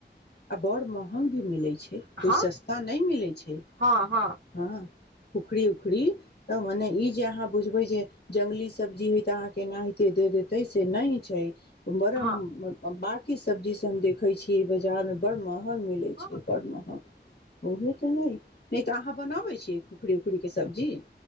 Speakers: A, on the left; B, on the right.
A: आ बड़ महंग भी मिलै छै
B: हँ
A: कोइ सस्ता नहि मिलै छै
B: हँ हँ
A: हाँ खुखड़ी उखड़ी तऽ मने ई जे अहाँ बुझबै जे जंगली सब्जी हइ तऽ अहाँ के एनाहिते दे देतै से नहि छै बरम
B: हँ
A: बा की सब्जी से हम देखै छी की बाजार में बड़ महं हम नहि लैत
B: हँ
A: छीयै बड़ महग उहे तऽ हइ नहि तऽ अहाँ बनबै छीयै खुखरी उखुरीकेँ सब्जी